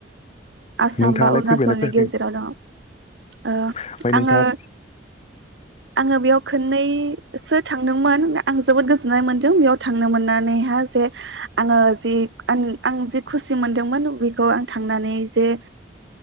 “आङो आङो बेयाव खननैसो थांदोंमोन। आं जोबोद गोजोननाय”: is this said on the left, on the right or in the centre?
Right